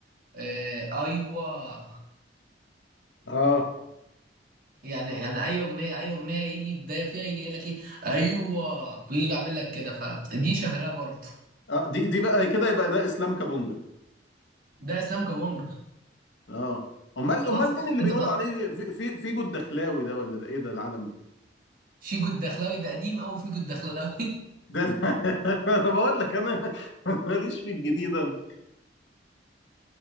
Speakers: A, on the right; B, on the left.
A: إيه ايوه
B: اه
A: يعني يعني اي اغنيه اي اغنيه يجي بدايه فيها يجي يقول لك ايه ايوه ويجي يعمل لك كده فدي شهرها برضه
B: اه دي دي بقى كده يبقى ده اسلام كابونجا
A: ده اسلام كابونج
B: اه امال
A: خلاص
B: امال مين اللي
A: انت
B: بيقولوا
A: ط-
B: عليه في في فيجو الدخلاوي ده ولا ده ايه ده العالم دي
A: في جود دخلاوي ده قديم قوي في جود دخلاوي
B: ده انا <laughs> أنا بقول لك انا <laughs> ماليش في الجديد انا